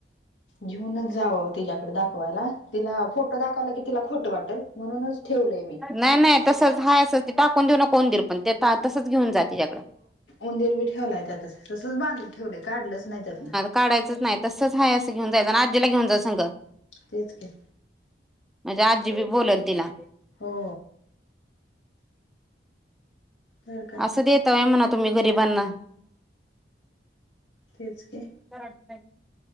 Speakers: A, on the left; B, in the centre.
A: जेऊनच जाव तिच्याकडे दाखवायला तिला फोटो दाखवा. कि त्याला खोटं वाटेल म्हणूनच ठेवलंय. मी
B: नाही नाही तसच हा असं ते टाकून देऊ न कोण देल पण ते तसच घेऊन जा तिच्याकडे
A: उंदेर बी ठेवलाय त्यातच तसंच बांधून ठेवलेय काढलंच नाही त्यातन
B: काढायच नाही तसंच आहेय असं घेन जायं आणि आजीला घेऊन जां संगं
A: तेच की
B: म्हणजे आजी बी बोलेल तिला
A: हो. तर काय
B: असं देतय म्हणा तुम्ही गरीबांना
A: तेच की.
B: टय <inaudible>